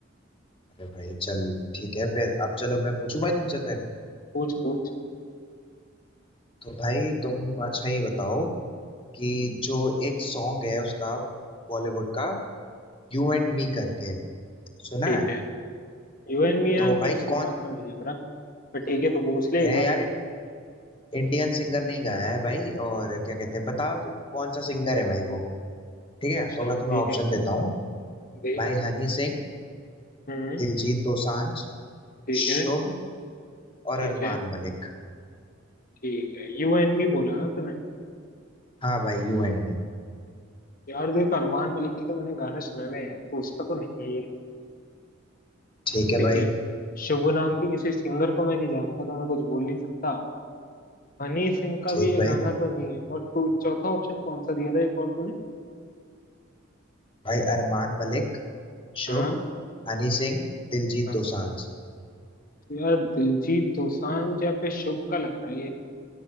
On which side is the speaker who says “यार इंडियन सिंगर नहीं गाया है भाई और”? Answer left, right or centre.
Left